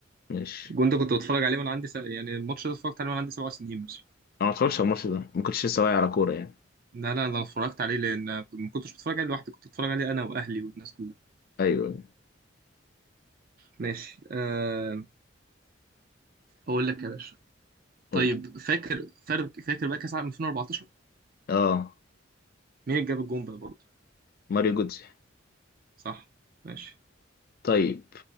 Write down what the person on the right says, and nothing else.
الجون ده كنت بتفرج عليه وانا عندي س... يعني الماتش ده اتفرجت عليه وانا عندي سبع سنين مثلا
لا لا انا اتفرجت عليه لان كنت- ما كنتش بتفرج عليه لوحدي كنت بتفرج عليه انا واهلي والناس كلها
ماشي آه... هقول لك يا باشا
طيب
فاكر فاكر فاكر بقى كأس العالم 2014
مين اللي جاب الجون بقى برضه
صح ماشي